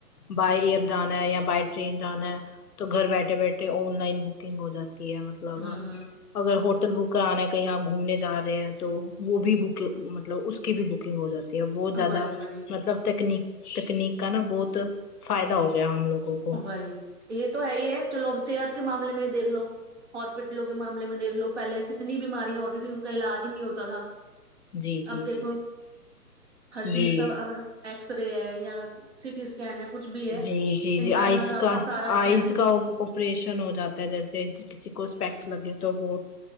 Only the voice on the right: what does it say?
ہوں ہوں
وہی وہی
وہی یہ تو ہے ہی ہے چلو اب صحت کے معاملے میں دیکھ لو ہاسپٹلوں کے معاملے میں دیکھ لو پہلے کتنی بیماریاں ہوتی تھی ان کا علاج ہی نہیں ہوتا تھا
اب
دیکھو
ہر چیز
کا ایکسرے ہے یا سی ٹی اسکین ہے کچھ بھی ہے
انٹرنل
آپ
سارا اسکین
جی